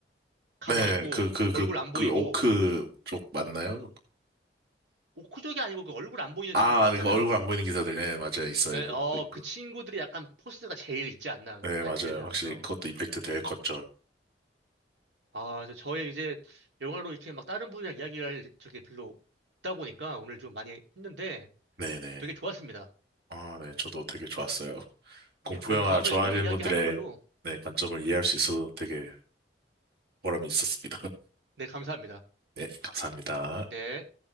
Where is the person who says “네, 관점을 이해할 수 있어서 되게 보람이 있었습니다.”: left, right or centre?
Right